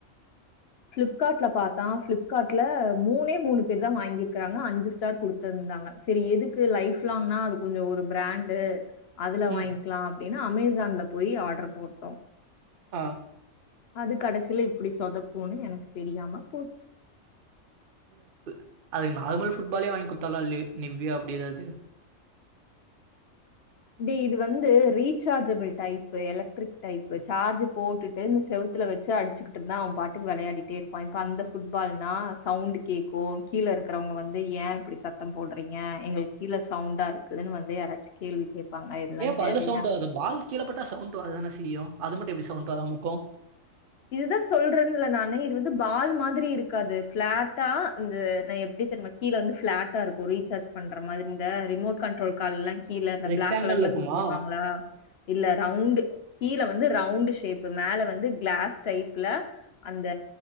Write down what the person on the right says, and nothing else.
ம்.
ஆ
சிறப்பு அதுக்கு நார்மல் ஃபுட்பாலே வாங்கி குடுத்துல்லா லி நிவ்யா அப்டி எதாவுது
ஏ அப்ப அதுல
சவுண்டு வராதா பால் கீழ பட்டா சவுண்ட் வரதான செய்யும் அது மட்டு எப்டி சவுண்ட் வராம இக்கும்
ரெக்டாங்கிள்ல
இருக்குமா?